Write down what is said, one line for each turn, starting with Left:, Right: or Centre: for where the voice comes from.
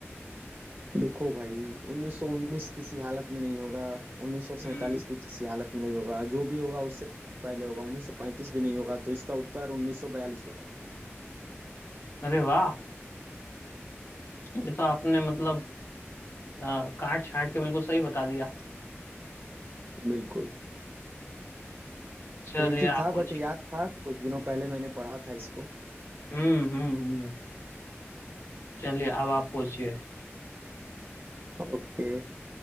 Right: देखो भाई 1919 किसी हालत में नहीं होगा 1947
Left: हम्म
Right: भी किसी हालत में नहीं होगा जो भी होगा उससे पहले होगा 1935 भी नहीं होगा तो इसका उत्तर 1942 होगा
Left: अरे वाह ये तो आपने मतलब अ, काट छाट के बिल्कुल सही बता दिया
Right: बिल्कुल
Left: चलिए
Right: ट्रिकी
Left: आप
Right: था
Left: पूछिए
Right: बट याद था कुछ दिनों पहले मैंने पढ़ा था इसको
Left: हम्म हम्म हम्म। चलिए अब आप पूछिए
Right: ओके